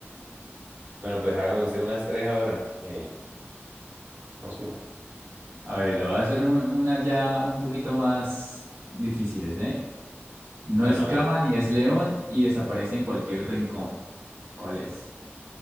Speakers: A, on the right (about 40°); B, on the right (about 80°).
A: Bueno, pues hágame usted unas tres ahora. Sí, no supo.
B: A ver, lo voy a hacer un- unas ya un poquito más difíciles, ¿eh? No
A: Bueno,
B: es
A: hágale.
B: cama ni es león y desaparece en cualquier rincón. ¿Cuál es?